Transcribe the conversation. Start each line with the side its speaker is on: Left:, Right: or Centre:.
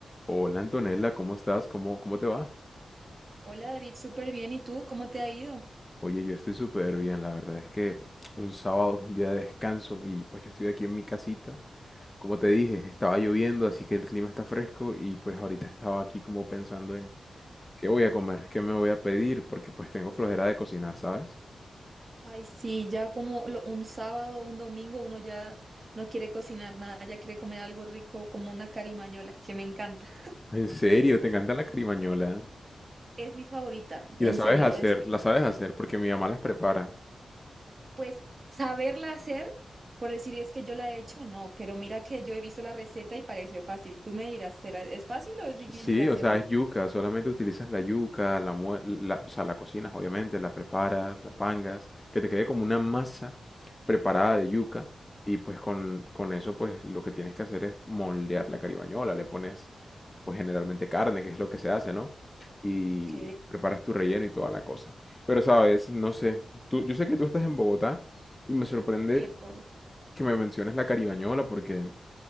Left: Hola Antonella, ¿cómo estás? ¿Cómo, cómo te va?
Right: Hola David, súper bien. ¿Y tú? ¿Cómo te ha ido?
Left: Oye, yo estoy súper bien, la verdad es que un sábado es un día de descanso y pues yo estoy aquí en mi casita. Como te dije, estaba lloviendo, así que el clima está fresco y pues ahorita estaba aquí como pensando en qué voy a comer, qué me voy a pedir, porque pues tengo flojera de cocinar, ¿sabes?
Right: Ay, sí, ya como lo- un sábado, un domingo, uno ya no quiere cocinar nada, ya quiere comer algo rico como una carimañola, que me encanta.
Left: En serio, te encanta la carimañola.
Right: Es mi favorita,
Left: Y
Right: en
Left: la sabes
Right: serio.
Left: hacer,
Right: Es,
Left: la sabes hacer porque mi mamá las prepara.
Right: pues, saberla hacer, por decir es que yo la he hecho, no, pero mira que yo he visto la receta y parece fácil. Tú me dirás, ¿será, es fácil o es difícil
Left: Sí,
Right: hacerla?
Left: o sea, es yuca, solamente utilizas la yuca, la, mue- la- o sea, la cocinas obviamente, la preparas, la pangas, que te quede como una masa preparada de yuca y pues con, con eso pues lo que tienes que hacer es moldear la caribañola, le pones pues generalmente carne, que es lo que se hace, ¿no? Y
Right: Ok.
Left: preparas tu relleno y toda la cosa. Pero sabes, no sé, tú, yo sé que tú estás en Bogotá y me sorprende
Right: Tiempo.
Left: que me menciones la caribañola porque...